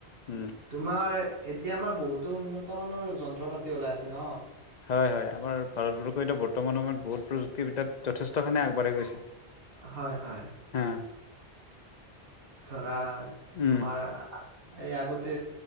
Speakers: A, on the left; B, on the right.
A: উম
B: তোমাৰ এতিয়া আমাৰ বহুতো উন্নত মানৰ যন্ত্ৰ-পাতি ওলাই আছে ন?
A: হয়, হয়, আমাৰ ভাৰতবৰ্ষ এতিয়া বৰ্তমান সময়ত বহুত প্ৰযুক্তি বিদ্যাত যথেষ্টখিনি আগবাঢ়ি গৈছে।
B: হয় হয়।
A: <inaudible>
B: ধৰা
A: উম
B: তোমাৰ এই আগতে